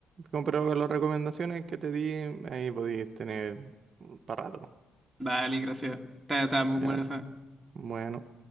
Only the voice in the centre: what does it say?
Vale, gracias. Está, está muy buena
esa.